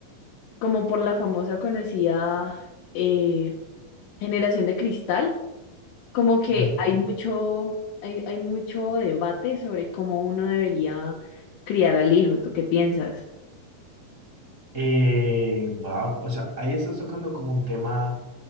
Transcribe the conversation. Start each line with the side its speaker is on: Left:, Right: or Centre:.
Left: como por la famosa conocida eh, generación de cristal, como que
Right: Ujú.
Left: hay mucho, hay, hay mucho debate sobre cómo uno debería criar al hijo. ¿Tú qué piensas?
Right: Eh, wow, o sea, ahí estás tocando como un tema,